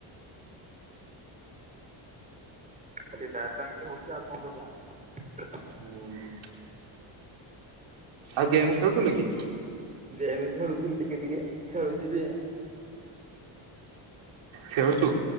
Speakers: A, on the right; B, on the right.
A: ସେ ତା ପାଇଁ ଏମିତି ହଉଛି ଆଉ କଣ କରିଵା ଆମେ
B: ହୁଁ ଆଉ ଗେମ୍ ଖେଳୁଥିଲୁ କି?
A: ଗେମ୍ ଖେଳୁଥିଲି ଟିକେ ଟିକେ ଖେଳୁଛିିବି
B: ଖେଳୁଛୁ?